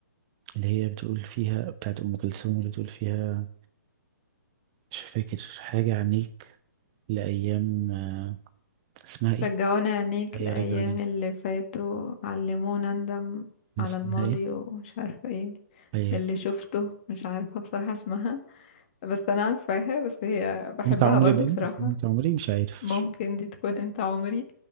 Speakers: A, on the right; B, on the left.
A: هي بتقول فيها بتاعت أم كلثوم اللي بتقول فيها مش فاكر حاجة عنيك لأيام آه، اسمها ايه؟
B: رجعونا عينيك
A: هي
B: لأيام
A: رجعت
B: اللي فاتوا علمونا ندم على
A: اسمها
B: الماضي
A: ايه؟
B: ومش عارفة ايه
A: هي
B: اللي شفته مش عارفة بصراحة اسمها بس انا عارفاها بس هي بحبها
A: انت عمري
B: برضو
A: باين
B: بصراحة
A: اسمها انت عمري مش عارف
B: ممكن
A: مش-
B: دي تكون انت عمري